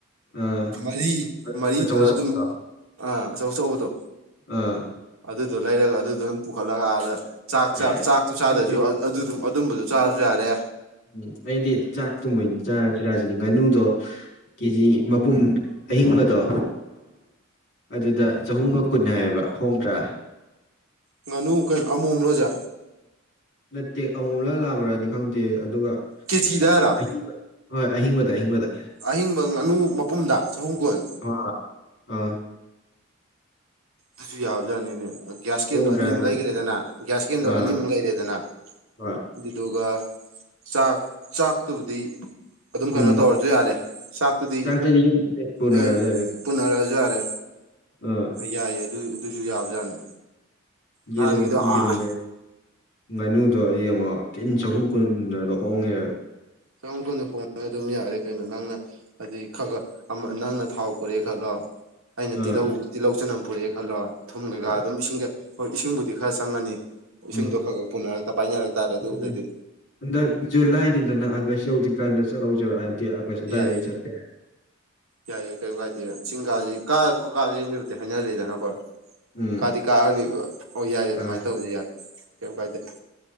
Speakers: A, on the left; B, on the right.
A: ꯑꯥ
B: ꯃꯔꯤ ꯃꯔꯤꯗꯨꯅ
A: ꯑꯆꯧ ꯑꯆꯧꯕꯗꯣ
B: ꯑꯗꯨꯝ ꯑ ꯑꯆꯣꯎ ꯑꯆꯣꯎ ꯕꯗꯣ
A: ꯑꯥ
B: ꯑꯗꯨꯗꯣ ꯂꯩꯔꯒ ꯑꯗꯨꯗ ꯑꯗꯨꯝ ꯄꯨꯈꯠꯂꯒ ꯑꯥꯗ ꯆꯥꯛ
A: ꯌꯥꯏ
B: ꯆꯥꯛꯇꯣ ꯆꯥꯗ꯭ꯔꯁꯨ
A: ꯑꯩꯗꯤ
B: ꯑꯗꯨꯝꯕꯗ ꯆꯥꯔꯁꯨ ꯌꯥꯔꯦ
A: ꯎꯝ ꯑꯩꯗꯤ ꯆꯥꯛꯇꯣ ꯃꯣꯏꯅ ꯆꯥꯔꯁꯤꯔꯥꯅ ꯉꯥꯅꯨꯗꯣ ꯀꯦ ꯖꯤ ꯃꯄꯨꯝ ꯑꯍꯤꯡꯕꯗꯣ ꯑꯗꯨꯗ ꯆꯍꯨꯝꯒ ꯀꯨꯟ ꯍꯥꯏꯌꯦꯕ ꯍꯣꯡꯗ꯭ꯔꯥ
B: ꯉꯥꯅꯨ ꯀꯩꯅꯣ ꯑꯃꯣꯝꯂ ꯑꯁꯦ
A: ꯅꯠꯇꯦ ꯑꯃꯣꯝꯂ ꯂꯥꯛꯕ꯭ꯔꯗꯤ ꯈꯪꯗꯦ ꯑꯗꯨꯒ
B: ꯀꯦꯖꯤꯗ ꯍꯥꯏꯔꯣ
A: ꯑꯍꯤꯡꯕ ꯍꯣꯏ ꯑꯍꯤꯡꯕꯗ ꯑꯍꯤꯡꯕꯗ
B: ꯑꯍꯤꯡꯕ ꯉꯥꯅꯨ ꯃꯄꯨꯝꯗ ꯆꯍꯨꯝ ꯀꯨꯟ
A: ꯍ ꯍꯣꯏ
B: ꯑꯗꯨꯁꯨ ꯌꯥꯕꯖꯥꯠꯅꯤꯅꯦ ꯒ꯭ꯌꯥꯁ ꯀꯦꯟꯗꯣ
A: ꯍꯣꯡꯗ꯭ꯔꯥ
B: ꯑꯅꯤꯃꯨꯛ
A: ꯑꯗꯨꯗꯤ
B: ꯂꯩꯈ꯭ꯔꯦꯗꯅ ꯒ꯭ꯌꯥꯁ ꯀꯦꯟꯗꯣ
A: ꯑꯥ
B: ꯑꯅꯤꯃꯨꯛ ꯂꯩꯔꯦꯗꯅ
A: ꯍꯣꯏ
B: ꯑꯗꯨꯗꯨꯒ ꯆꯥꯛ ꯆꯥꯛꯇꯨꯕꯨꯗꯤ ꯑꯗꯨꯝ ꯀꯩꯅꯣ
A: ꯎꯝ
B: ꯇꯧꯔꯁꯨ ꯌꯥꯔꯦ ꯆꯥꯛꯇꯨꯗꯤ
A: ꯆꯥꯛꯇꯗꯤ ꯌꯨꯝꯗ ꯄꯨꯅꯔꯁꯨ
B: ꯑꯦ ꯄꯨꯅꯔꯁꯨ ꯌꯥꯔꯦ
A: ꯑ
B: ꯌꯥꯏꯌꯦ ꯑꯗꯨ ꯑꯗꯨꯁꯨ ꯌꯥꯕꯖꯥꯠꯅꯦ
A: ꯌꯦꯔꯨꯝ
B: ꯅꯍꯥꯟꯒꯤꯗꯣ
A: ꯌꯦꯔꯨꯝꯃꯦ
B: ꯑꯥ
A: ꯉꯥꯅꯨꯗꯣ ꯌꯦꯡꯉꯣ ꯇꯤꯟ ꯆꯍꯨꯝ ꯀꯨꯟꯗ ꯍꯣꯡꯉꯦ
B: ꯆꯝ ꯀꯣꯟꯗ ꯐꯣꯡꯉ ꯑꯗꯨꯝ ꯌꯥꯔꯦ ꯀꯩꯅꯣ ꯅꯪꯅ ꯍꯥꯏꯗꯤ ꯈ ꯈ ꯅꯪꯅ ꯊꯥꯎ ꯄꯨꯔꯛꯦ ꯈꯜꯂꯣ ꯑꯩꯅ
A: ꯑꯥ
B: ꯇꯤꯜꯍꯧ ꯇꯤꯜꯍꯧ ꯆꯅꯝ ꯄꯨꯔꯛꯑꯦ ꯈꯜꯂꯣ ꯊꯨꯝ ꯀꯩꯀꯥ
A: ꯑꯥ
B: ꯑꯗꯨꯝ ꯏꯁꯤꯡ ꯀꯩ ꯍꯣꯏ ꯏꯁꯤꯡꯕꯨꯗꯤ ꯈꯔ ꯆꯪꯉꯅꯤ ꯏꯁꯤꯡꯗꯣ
A: ꯎꯝ
B: ꯈꯔ ꯈꯔ ꯄꯨꯅꯔꯛꯇ ꯄꯥꯏꯅꯔꯛꯇꯥꯔꯦ ꯑꯗꯨꯕꯨꯗꯗꯤ
A: ꯑꯗꯨꯅꯦ ꯍꯟꯗꯛ ꯖꯨꯂꯥꯏꯅꯤꯗꯅ ꯑꯥꯒꯁ ꯌꯧꯗ꯭ꯔꯤꯀꯥꯟꯗ ꯆꯠꯍꯧꯖꯦꯕ ꯍꯥꯏꯕꯗꯤ ꯑꯥꯒꯁ ꯑꯗꯨꯋꯥꯏꯗ
B: ꯌꯥꯏꯌꯦ
A: ꯑꯩ ꯆꯠꯄ ꯌꯥ
B: ꯌꯥꯏꯌꯦ ꯀꯩꯁꯨ ꯀꯥꯏꯗꯦꯗꯤ ꯆꯤꯡ ꯀꯥꯁꯤ ꯀꯥ ꯀꯥꯁꯤꯗꯨꯕꯨꯗꯤ ꯍꯥꯏꯅꯔꯤꯗꯅꯀꯣ
A: ꯎꯝ
B: ꯀꯥꯗꯤ ꯀꯥꯑꯗꯤ ꯑꯣ ꯌꯥꯏ ꯑꯗꯨꯃꯥꯏꯅ
A: ꯑꯥ
B: ꯇꯧꯁ ꯌꯥꯔꯦ ꯀꯩꯝ ꯀꯥꯏꯗꯦ